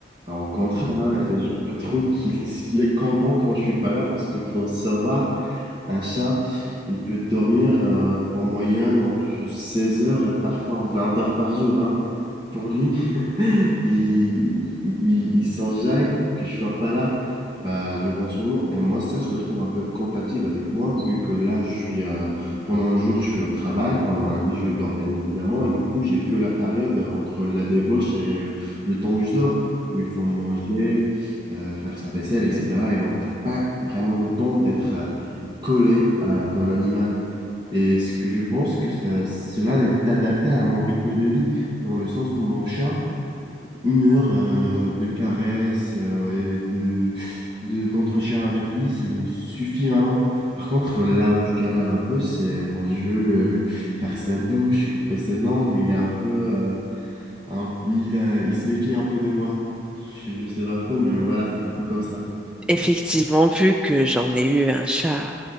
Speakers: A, on the right; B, in the centre.
A: Alors, Au contraire, hein, je trouve qu'il <laughs> qu'il est content quand je suis pas là parce que faut savoir Un chat, il peut dormir euh, en moyenne entre 16 heures et parfois 20 heures par jour, hein pour lui, <laughs> il, il, il- il s'en jaille que je sois pas là bah, durant ce moment. Et moi, ça, je le trouve un peu compatible avec moi, vu que là, je suis, euh, pendant le jour, je suis au travail, pendant la nuit, je dors, bien évidemment, et du coup, j'ai que la période euh, entre la débauche et le temps où je dors, où il faut manger, euh, faire sa vaisselle, etc. Et donc, t'as pas vraiment le temps d'être... euh, collé à ton animal et ce que je pense que ça- cela est adapté à mon rythme de vie, dans le sens où mon chat, une heure euh, de caresses euh, et de, de- d'entretien avec lui, ça lui suffit vraiment. Par contre, là où je galère un peu, c'est quand je veux le- faire sa douche, couper ses ongles, il est un peu, euh, un- il, a- il se méfie un peu de moi. Je, je sais pas trop, mais voilà, c'est un peu comme ça.
B: Effectivement, vu que j'en ai eu un chat